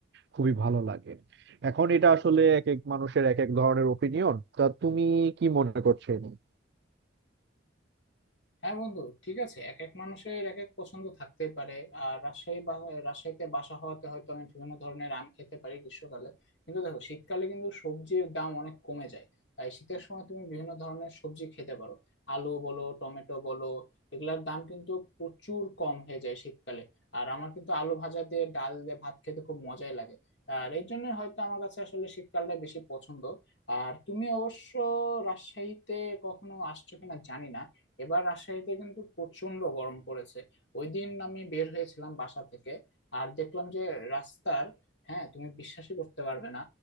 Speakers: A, on the right (about 60°); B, on the left (about 60°).
A: খুবই ভালো লাগে এখন এটা আসলে এক এক মানুষের এক এক ধরনের ওপিনিয়ন তা তুমি কি মনে করছো এ নিয়ে?
B: হ্যাঁ বন্ধু ঠিক আছে এক এক মানুষের এক এক পছন্দ থাকতে পারে আর রাজশাহী বা রাজশাহীতে বাসা হওয়াতে হয়তো আমি বিভিন্ন ধরনের আম খেতে পারি গ্রীষ্মকালে কিন্তু দেখো শীতকালে কিন্তু সবজির দাম অনেক কমে যায় তাই শীতের সময় তুমি বিভিন্ন ধরনের সবজি খেতে পারো আলু বলো টমেটো বলো এগুলার দাম কিন্তু প্রচুর কম হয়ে যায় শীতকালে আর আমার কিন্তু আলু ভাজা দিয়ে ডাল দিয়ে ভাত খেতে খুব মজাই লাগে আর এই জন্য হয়তো আমার কাছে আসলে শীতকালটা বেশি পছন্দ আর তুমি অবশ্য রাজশাহীতে কখনো আসছো কিনা জানি না এবার রাজশাহীতে কিন্তু প্রচন্ড গরম পড়েছে ওই দিন আমি বের হয়েছিলাম বাসা থেকে আর দেখলাম যে রাস্তার হ্যাঁ তুমি বিশ্বাসই করতে পারবে না